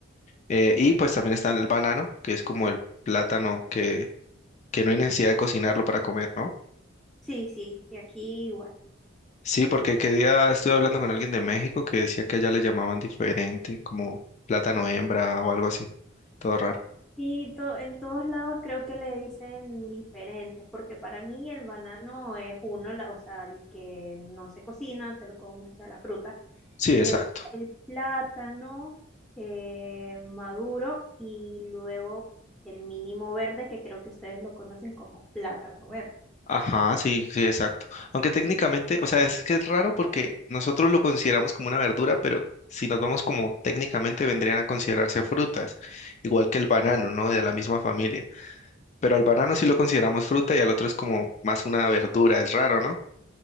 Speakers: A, on the left (about 35°); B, in the centre.
A: Eh, y pues también está el banano, que es como el plátano que, que no hay necesidad de cocinarlo para comer, ¿no?
B: Sí, sí, sí, aquí igual.
A: Sí, porque qué día estuve hablando con alguien de México que decía que allá le llamaban diferente, como plátano hembra o algo así. Todo raro.
B: Sí, to- en todos lados creo que le dicen diferentes, porque para mí el banano es uno, la, o sea, el que no se cocina, te lo comes, o sea, la fruta.
A: Sí,
B: Luego
A: exacto.
B: el plátano eh, maduro y luego el mínimo verde, que creo que ustedes lo conocen como plátano verde.
A: Ajá, sí, sí, exacto. Aunque técnicamente, o sea, es que es raro porque nosotros lo consideramos como una verdura, pero si nos vamos como técnicamente vendrían a considerarse frutas, igual
B: Mm.
A: que el banano, ¿no? De la misma familia. Pero al banano sí lo consideramos fruta y al otro es como más una verdura, es raro, ¿no?